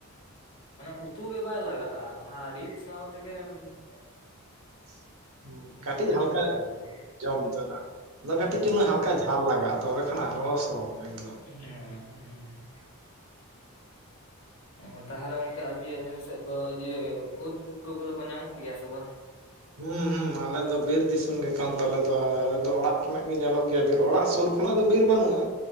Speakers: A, on the left (about 65°); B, on the right (about 70°).
A: ᱢᱟᱱᱮ ᱩᱛᱩ ᱜᱮ ᱵᱟᱭ ᱞᱟᱜᱟᱜᱼᱟ ᱚᱱᱟ ᱨᱤᱫ ᱥᱟᱶ ᱛᱮᱜᱮᱢ
B: <inaudible> ᱦᱩᱸ ᱠᱟᱹᱴᱤᱡ ᱦᱟᱞᱠᱟ
A: ᱡᱚᱢ ᱪᱟᱵᱟᱭᱟ
B: ᱡᱚᱢ ᱛᱚᱨᱟ ᱠᱟᱹᱴᱤᱡ
A: ᱦᱮᱸ
B: ᱪᱩᱞᱩᱝ ᱦᱟᱞᱠᱟ ᱡᱷᱟᱞ ᱞᱟᱜᱟᱜᱼᱟ ᱛᱚᱵᱮ ᱠᱷᱟᱱ ᱟᱨᱦᱚᱸ ᱥᱚᱼᱲᱚᱢ ᱮᱠᱫᱚᱢ,
A: ᱦᱩᱸᱭ ᱦᱩᱸ ᱚ ᱛᱟᱦᱚᱞᱮ ᱜᱚᱝᱠᱮ, ᱟᱹᱵᱤᱱ ᱥᱮᱫ ᱫᱚ ᱡᱮ ᱳᱫ ᱯᱩᱴᱠᱟᱹ ᱠᱚᱫᱚ ᱠᱚ ᱧᱟᱢᱚᱜ ᱜᱮᱭᱟ ᱥᱮ ᱵᱟᱝ?
B: ᱦᱩᱸ ᱦᱩᱸ ᱟᱞᱮ ᱫᱚ ᱵᱤᱨ ᱫᱤᱥᱚᱢ ᱜᱮ ᱠᱟᱱ ᱛᱟᱞᱮ ᱫᱚ ᱟᱞᱮ ᱫᱚ ᱚᱲᱟᱜ ᱠᱷᱚᱱᱟᱜ ᱜᱮ ᱧᱮᱞᱚᱜ, ᱜᱮ ᱵᱤᱨ ᱚᱲᱟᱜ ᱥᱩᱨ ᱠᱷᱚᱱᱟᱜ ᱫᱚ ᱵᱤᱨ ᱵᱟᱹᱱᱩᱜᱼᱟ